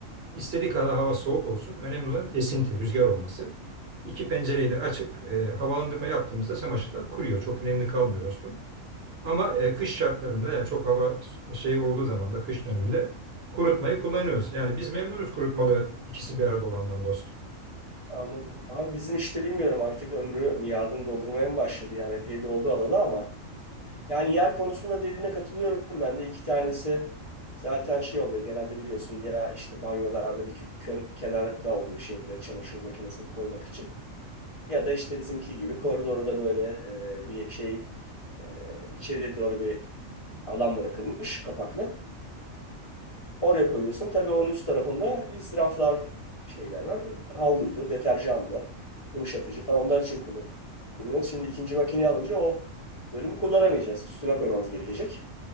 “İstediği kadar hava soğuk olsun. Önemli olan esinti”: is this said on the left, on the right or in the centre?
Right